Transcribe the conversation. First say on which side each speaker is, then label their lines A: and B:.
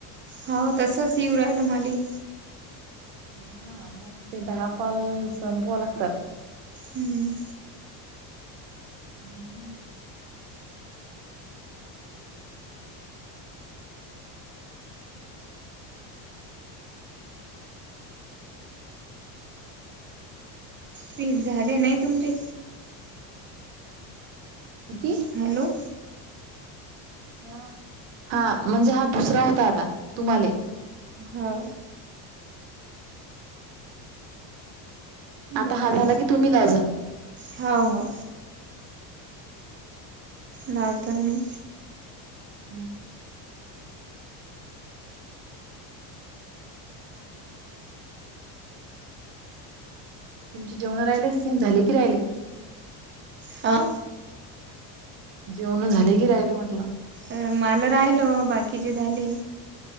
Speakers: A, on the right; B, on the right.
A: हाव तसच येऊ राहिलं मले.
B: हा मंग ते दहा कॉल संपवा लागतात.
A: हम्म.
B: हम्म.
A: फीस झाले नाही तुमचे?
B: किती
A: हॅलो.
B: हा हा म्हणजे हा दुसरा होता आता तुम्हाले.
A: हाव.
B: आता
A: बघते
B: हा झाला की तुम्ही लावजा.
A: हाव हाव. नाव तर आणि
B: <unintelligible> तुमचे जेवणं राहिले असतील झाले की राहिले?
A: हा.
B: जेवणं झाले की राहिले म्हटलं.
A: अ मला राहिलो बाकीचे झाले.